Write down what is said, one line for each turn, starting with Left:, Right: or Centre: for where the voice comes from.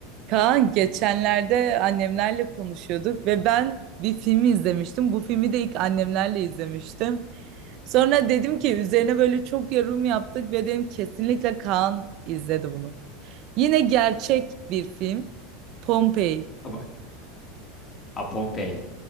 Right: Kaan geçenlerde annemlerle konuşuyorduk ve ben bir filmi izlemiştim. Bu filmi de ilk annemlerle izlemiştim. Sonra dedim ki üzerine böyle çok yorum yaptık ve dedim kesinlikle Kaan izledi bunu. Yine gerçek bir film. Pompei.
Left: Ama A, Pompei.